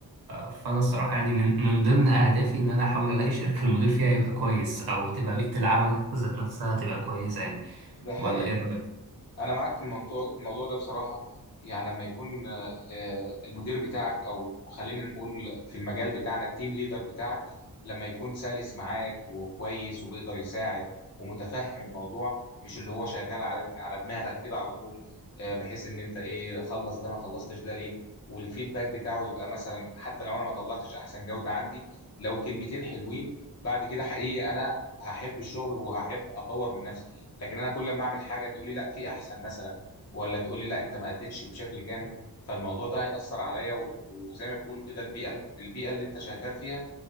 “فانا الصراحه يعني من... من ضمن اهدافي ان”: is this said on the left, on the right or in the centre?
Right